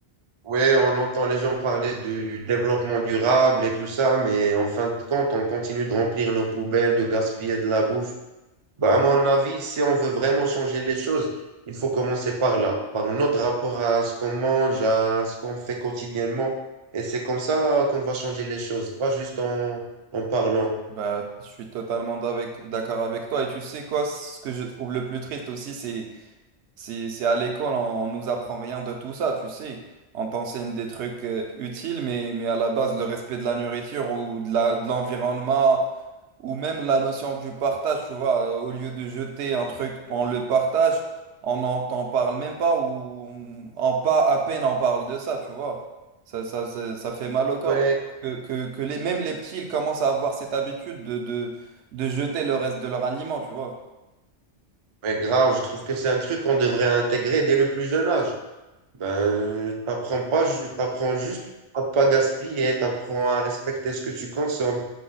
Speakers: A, on the right; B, on the right.
A: ouais, on entend les gens parler du développement durable et tout ça, mais en fin de compte, on continue de remplir nos poubelles, de gaspiller de la bouffe. Bah, à mon avis, si on veut vraiment changer les choses, il faut commencer par là, par notre rapport à ce qu'on mange, à ce qu'on fait quotidiennement. Et c'est comme ça qu'on va changer les choses, pas juste en, en parlant.
B: Bah, je suis totalement d'avec- d'accord avec toi. Et tu sais quoi, ce que je trouve le plus triste aussi, c'est c'est c'est à l'école, on, on nous apprend rien de tout ça, tu sais. On t'enseigne des trucs euh, utiles, mais, mais à la base, le respect de la nourriture ou de la, de l'environnement, ou même la notion du partage, tu vois, au lieu de jeter un truc, on le partage, on n'en t'en parle même pas ou on, en pas à peine on parle de ça, tu vois. Ça, ça, ça, ça fait mal au corps
A: Ouais,
B: de voir que, que, que les, même les petits, ils commencent à avoir cette habitude de, de, de jeter le reste de leur aliment, tu vois.
A: mais grave, je trouve que c'est un truc qu'on devrait intégrer dès le plus jeune âge. Ben, t'apprends pas, ju- t'apprends juste à pas gaspiller, t'apprends à respecter ce que tu consommes.